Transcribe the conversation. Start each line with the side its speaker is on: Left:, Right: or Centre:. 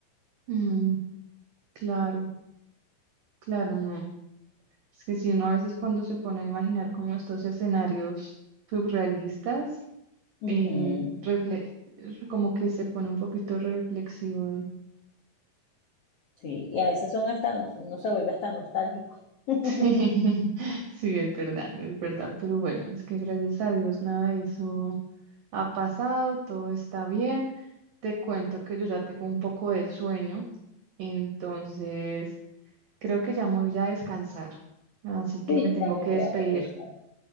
Right: mm, claro, claro, no. Es que si uno a veces cuando se pone a imaginar como estos escenarios surrealistas, eh,
Left: Ujú,
Right: refle- como que se pone un poquito reflexivo.
Left: Sí, y a veces son hasta, nos- uno se vuelve hasta nostálgico. <laughs>
Right: <laughs> Sí, es verdad, es verdad, pero bueno, es que gracias a Dios nada de eso ha pasado, todo está bien. Te cuento que yo ya tengo un poco de sueño, entonces creo que ya me voy a descansar, así que
Left: Sí,
Right: me
Left: yo
Right: tengo
Left: también
Right: que despedir.
Left: voy a aprovechar,